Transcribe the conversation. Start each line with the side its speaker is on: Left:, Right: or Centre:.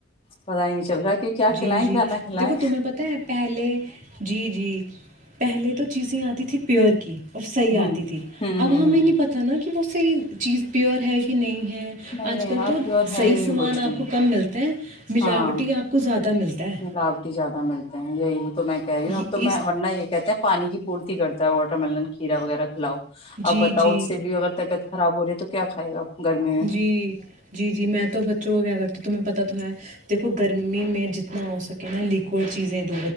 Left: پتا ہی نہیں چل رہا۔۔۔ کہ کیا کھلائیں
Right: جی جی
Left: کیا نہ کھلائیں
Right: دیکھو تمہیں پتا ہے پہلے جی جی۔۔۔ پہلے تو چیزیں آتی تھی پیور کی۔۔۔ اور صحیح
Left: ہ
Right: آتی تھی۔
Left: ہ ہ
Right: اب
Left: ہ
Right: ہمیں نہیں پتاہ نا کہ۔۔۔ کہ وہ صحیح چیز پیور ہے کہ نہیں۔۔۔ ہیں
Left: نہیں
Right: آج
Left: ہے
Right: کل
Left: یار
Right: تو
Left: پیور ہے
Right: صحیح
Left: ہی نہیں
Right: سامان
Left: کچھ
Right: آپ
Left: بھی
Right: کو کم ملتے ہیں۔۔۔ ملاوٹی
Left: ہاں
Right: آپ۔۔۔ کو زیادہ ملتا ہے
Left: ملاوٹی زیادہ ملتے ہیں یہی۔۔۔ تو میں کہہ رہی
Right: یہ
Left: ہوں اب تو
Right: اس
Left: میں ورن یہ کہتے ہیں پانی کی۔۔۔۔ الٹی کرتا ہے واٹر ملن، کھیرا وغیرہ کھلاؤ۔۔۔ اب
Right: جی
Left: بتاؤ
Right: جی
Left: اس سے بھی اگر طبیعت خراب ہو رہی ہے تو۔۔۔ کیا کھائے گا۔۔۔ گرمی میں
Right: جی جی جی میں تو ب۔۔۔ کیا کر تی تمہیں پتا تو ہے۔۔ دیکھو گرمی میں جتنا ہو سکے نا لکوڈ چیزیں دو۔۔۔